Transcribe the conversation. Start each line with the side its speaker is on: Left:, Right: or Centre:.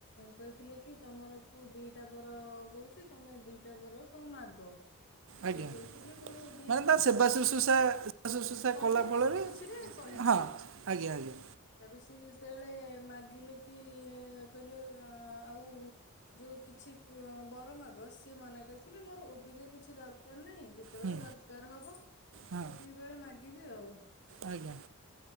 Left: କହିଥିଲେ କି ତମର କୋଉ ଦିଟା ବର କହୁଛି ତମେ ଦିଟା ବର କଣ ମାଗ।
Right: ଆଜ୍ଞା
Left: ସିଏ କହିଥିଲେ ମୋର ଅବିକା
Right: ମାନେ
Left: କିଛି
Right: ତା
Left: ଦରକା
Right: <inaudible>
Left: କରିଥିବାରୁ
Right: ଫଳରେ
Left: ସେ ଖୁସିରେ କହିଥିଲେ।
Right: ହଁ ଆଜ୍ଞା ଆଜ୍ଞା
Left: ତାରୁ ସିଏ ଯେତେବେଳେ ମାଗିଲେ କି କହିଲେ ଆଉ ଯୋଉ କିଛି କୁ ବର ମାଗ ସେ ସିଏ ମନା କରିଥିଲେ ମୋର ଓବିକା କିଛି ଦରକାର ନାହିଁ ଯେତେବେଳେ
Right: ହୁଁ
Left: ଦରକାର ହବ
Right: ହଁ
Left: ସେତିକିବେଳେ ମାଗିବି ଆଉ।
Right: ଆଜ୍ଞା।